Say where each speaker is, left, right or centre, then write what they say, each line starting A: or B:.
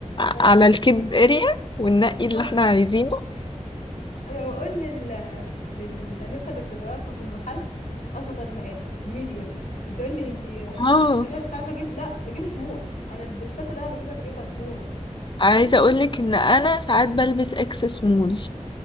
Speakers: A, on the left; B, on the left.
A: اه
B: على الكيدز اريا وننقي
A: <laughs>
B: اللي احنا عايزينه
A: انا بقول لل للانسه اللي بتبقى واقفه في المحل اصغر مقاس ميديوم بتقول لي انت
B: اه
A: تمام ساعات بجيب لا بجيب سمول انا الدرسات اللي انا بجيبها بجيبها سمول
B: عايزه
A: تقول لي
B: اقولك ان انا
A: <laughs>
B: ساعات بلبس اكس سمول